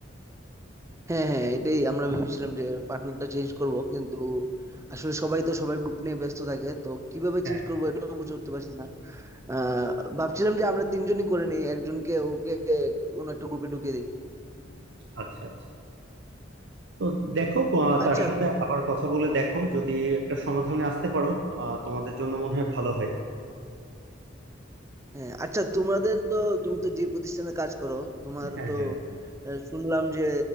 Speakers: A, on the right; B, on the right.
A: হ্যাঁ হ্যাঁ এটাই আমরা ভেবেছিলাম যে পার্টনারটা চেঞ্জ করব কিন্তু আসলে সবাই তো সবার গ্রুপ নিয়ে ব্যস্ত থাকে তো কিভাবে
B: হ্যাঁ
A: চেঞ্জ করবো এটাও বুঝে উঠতে পারছি না আহ ভাবছিলাম যে আমরা তিনজনই করে নিই একজনকে ওকে অন্য একটা গ্রুপে ঢুকিয়ে দিই
B: আচ্ছা আচ্ছা তো দেখো আহ,
A: আচ্ছা
B: তার সাথে আবার কথা বলে দেখো যদি একটা সমাধানে আসতে পারো আহ, তোমাদের জন্য মনে হয় ভালো হয়
A: হ্যাঁ আচ্ছা তোমাদের তো তুমি তো যে প্রতিষ্ঠানে কাজ করো তোমার
B: হ্যাঁ
A: তো
B: হ্যাঁ
A: আহ, শুনলাম যে